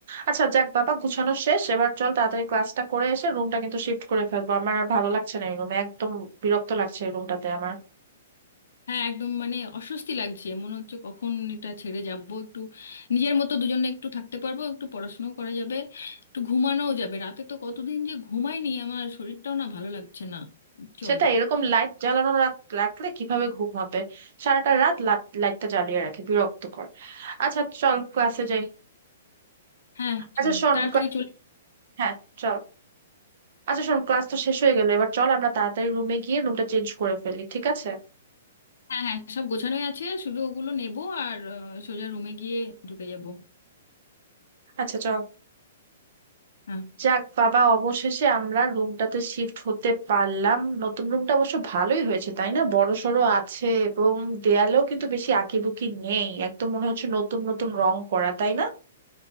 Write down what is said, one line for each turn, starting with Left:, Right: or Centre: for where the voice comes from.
Right: আচ্ছা যাক বাবা গুছানো শেষ এবার চল তাড়াতাড়ি ক্লাসটা করে এসে রুমটা কিন্তু শিফট করে ফেলবো আমার আর ভালো লাগছে না এই রুমে একদম বিরক্ত লাগছে এই রুমটাতে আমার
Left: হ্যাঁ একদম মানে অস্বস্তি লাগছে মনে হচ্ছে কখন এটা ছেড়ে যাব একটু নিজের মতো দুজনে একটু থাকতে পারবো একটু পড়াশোনাও করা যাবে একটু ঘুমানোও যাবে রাতে তো কতদিন যে ঘুমাইনি আমার শরীরটাও না ভালো লাগছে না চল
Right: সেটা এরকম লাইট জ্বালানো রাখ- রাখলে কিভাবে ঘুম হবে সারাটা রাত লাট- লাইটটা জ্বালিয়ে রাখে বিরক্তকর আচ্ছা চল ক্লাসে যাই
Left: হ্যাঁ
Right: আচ্ছা
Left: চল
Right: শোন
Left: তাড়াতাড়ি
Right: ক্লা-
Left: চলে
Right: হ্যাঁ চল আচ্ছা শোন ক্লাস তো শেষ হয়ে গেল এবার চল আমরা তাড়াতাড়ি রুমে গিয়ে রুমটা চেঞ্জ করে ফেলি ঠিক আছে
Left: হ্যাঁ হ্যাঁ সব গোছানোই আছে শুধু ওগুলো নেবো আর আহ, সোজা রুমে গিয়ে ঢুকে যাব
Right: আচ্ছা চল
Left: হ্যাঁ
Right: যাক বাবা অবশেষে আমরা রুমটাতে শিফট হতে পারলাম নতুন রুমটা অবশ্য ভালোই হয়েছে তাই না বড় সড়ো আছে এবং দেয়ালেও কিন্তু বেশি আঁকিবুকি নেই একদম মনে হচ্ছে নতুন নতুন রং করা তাই না